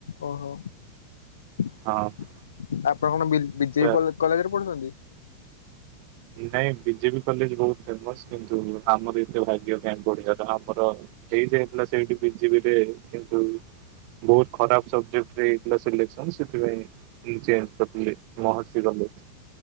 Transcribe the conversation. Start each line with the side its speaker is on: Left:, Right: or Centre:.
Left: ଓହୋ ଆପଣ
Right: ହଁ
Left: କଣ ବି ବିଜେପି
Right: ତା
Left: ପଟରେ? କଲେଜରେ ପଢ଼ୁଛନ୍ତି?
Right: ନାଇଁ ବିଜେପି କଲେଜ ବହୁତ ଫେମସ କିନ୍ତୁ ଆମର ଏତେ ଭାଗ୍ୟ କାଇଁ ଓଡିଆାର ଆମର ହେଇଯାଇଥିଲା ସେଇଠି ବିଜେପିରେ କିନ୍ତୁ ବହୁତ ଖରାପ ସବଜେକ୍ଟରେ ହେଇଥିଲା ସିଲେକ୍ସନ ସେସଥିପାଇଁ ଚେଞ କରିଥିଲି ମହର୍ଷି କଲେଜ।